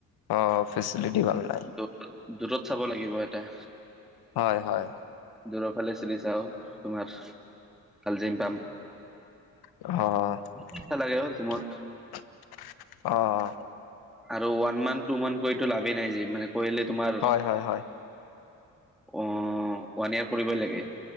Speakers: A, on the left; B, in the centre.
A: অ ফেচিলিটি ভাল নাই।
B: দু- দুৰত চাব লাগিব এটা।
A: হয়-হয়।
B: দুৰৰ ফালে চিৰি চাও তোমাৰ ভাল জিম পাম।
A: অ-অ
B: পইচা লাগে অ জিমত আৰু ওৱান মান্থ টু মান্থ কৰিটো লাভেই নাই জিম মানে কৰিলে তোমাৰ
A: হয়, হয়, হয়,
B: অ ওৱান ইয়েৰ কৰিবই লাগে।